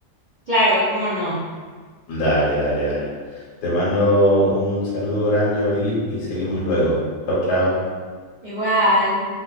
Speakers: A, on the right (about 75°); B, on the left (about 80°).
A: claro, ¿cómo no?
B: Dale, dale, dale. Te mando un saludo grande, Abril, y seguimos luego. Chau, chau.
A: Igual.